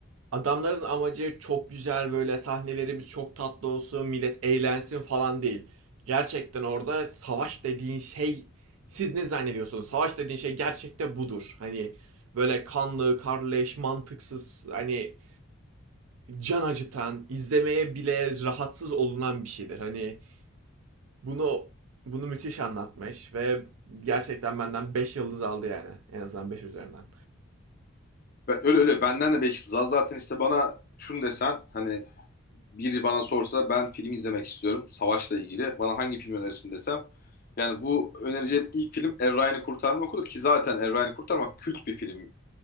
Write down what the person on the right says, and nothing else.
Adamların amacı çok güzel böyle sahnelerimiz çok tatlı olsun, millet eğlensin falan değil. Gerçekten orada savaş dediğin şey siz ne zannediyorsunuz? Savaş dediğin şey gerçekten budur. Hani böyle kanlı, karleş, mantıksız, hani can acıtan, izlemeye bile rahatsız olunan bir şeydir. Hani bunu bunu müthiş anlatmış ve gerçekten benden 5 yıldız aldı yani. En azından 5 üzerinden.